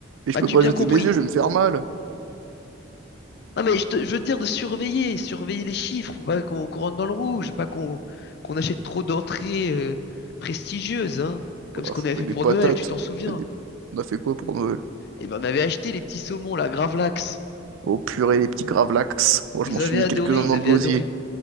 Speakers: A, on the right; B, on the left.
A: Mais
B: M'as-tu
A: je peux pas
B: bien
A: jeter
B: compris?
A: mes yeux, je vais me faire mal.
B: Non, mais je, te- je veux te dire de surveiller, surveiller les chiffres, faut pas qu'on qu'on rentre dans le rouge, pas qu'on qu'on achète trop d'entrées euh, prestigieuses, hein. Comme
A: Oh,
B: ce qu'on
A: je
B: avait
A: fais
B: fait
A: des
B: pour
A: patates.
B: Noël, tu t'en souviens.
A: Je fais des- On a fait quoi pour Noël?
B: Eh ben, on avait acheté les petits saumons, là, Gravlax.
A: Oh, purée, les petits gravlax. Moi,
B: Ils
A: je m'en suis
B: avaient
A: mis
B: adoré,
A: quelques-uns
B: ils
A: dans
B: avaient
A: le gosier.
B: adoré.